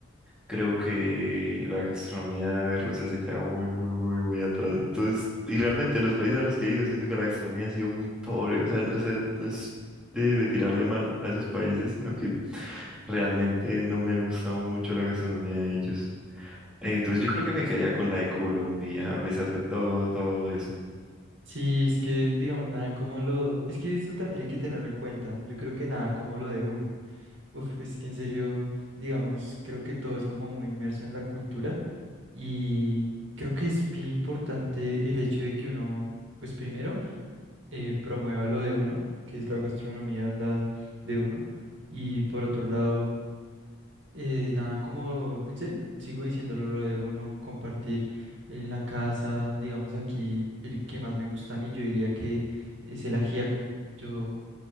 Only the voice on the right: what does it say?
Sí, es que, digamos, nada como lo... Es que eso también hay que tenerlo en cuenta. Yo creo que nada como lo de uno. Uf, es que en serio, digamos, creo que todo es como muy inmerso en la cultura y creo que es bien importante el hecho de que uno, pues primero, eh, promueva lo de uno, que es la gastronomía la de uno, y por otro lado, eh, nada, como en serio, sigo diciéndolo lo de uno, compartir en la casa, digamos aquí, el que más me gusta a mí, yo diría que es el ajiaco. Yo